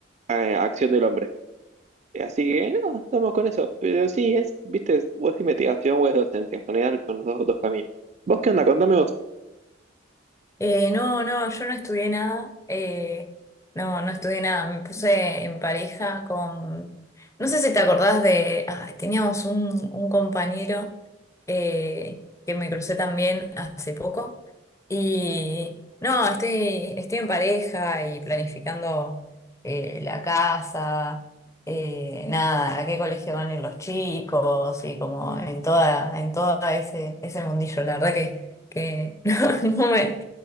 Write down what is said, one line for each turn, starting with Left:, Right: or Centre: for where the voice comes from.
Right: eh, acción del hombre. Así que, no, estamos con eso. Pero sí, es, viste, es- o es investigación o es docencia. En general son los dos, dos caminos. ¿Vos qué onda? Contame vos.
Left: Eh, no, no, yo no estudié nada. eh, no, no estudié nada. Me puse en pareja con. No sé si te acordás de. ah, teníamos un, un compañero eh, que me crucé también hace poco. Y no, estoy, estoy en pareja y planificando eh, la casa. eh, nada, a qué colegio van a ir los chicos y como en toda, en todo ese, ese mundillo. La verdad que que <laughs> no, no me,